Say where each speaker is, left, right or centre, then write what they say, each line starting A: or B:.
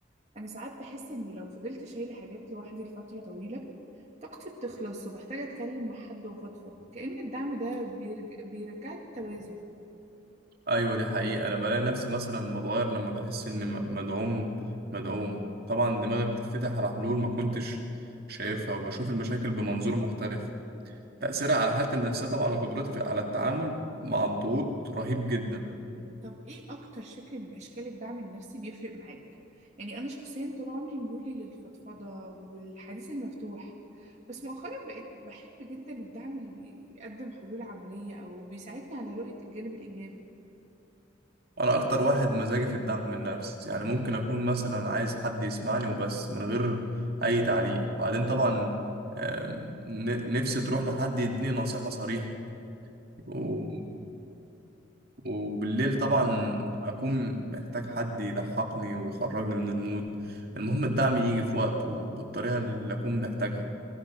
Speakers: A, on the right; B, on the right.
A: أنا ساعات بحس إني لو فضلت شايلة حاجات لوحدي لفترة طويلة طاقتي بتخلص وبحتاج أتكلم مع حد وأفضفض كأن الدعم ده بيرج... بيرجع التوازن
B: أيوة دي حقيقة أنا بلاقي نفسي مثلا بتغير لما بحس إني م- مدعوم مدعوم طبعا دماغي بتتفتح على حلول ما كنتش شايفها وبشوف المشاكل بمنظور مختلف تأثيرها على حالتي النفسية طبعا وقدرتي في- على التعامل مع الضغوط رهيب جدا
A: طب ايه اكتر شكل من اشكال الدعم النفسي بيفرق معاك يعني انا شخصيا طول عمري ميولي للفضفضة والحديث المفتوح بس مؤخرا بقيت بحب جدا الدعم اللي بيقدم حلول عملية او بيساعدني على رؤية الجانب الايجابي
B: انا اكتر واحد مزاجي في الدعم النفسي يعني ممكن اكون مثلا عايز حد يسمعني وبس من غير اي تعليق بعدين طبعا آم، ن- نفسي تروح لحد يديني نصيحة صريحة و- وبالليل طبعا اكون محتاج حد يضحكني ويخرجني من المود المهم الدعم يجي في وقته وبالطريقة اللي اكون محتاجها